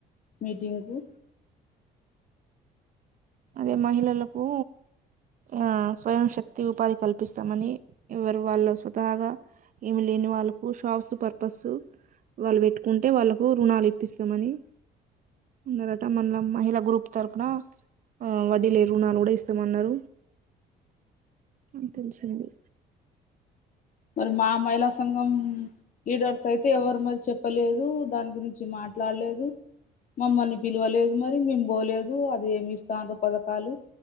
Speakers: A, on the left; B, on the right.
A: మీటింగ్కు
B: అదే మహిళలకు ఆ స్వయం శక్తి ఉపాధి కల్పిస్తామని ఎవరు వాళ్ళు స్వతాగా ఏమి లేని వాళ్ళకు షాబ్స్ పర్పస్ వాళ్ళు పెట్టుకుంటే వాళ్ళకు రుణాలు ఇప్పిస్తామని ఉన్నారట మన మహిళ గ్రూప్ తరపున హ వడ్డీ లేకుండా కూడా ఇస్తామన్నారు అంతం చెండి
A: మరి మా మహిళా సంఘం లీడర్స్ అయితే ఎవరు మరి చెప్పలేదు దాని గురించి మాట్ ట్లాడలేదు మమ్మల్ని పిలవలేదు మరి మేం పోలేదు అది ఏమి ఇస్తాన్నారు పథకాలు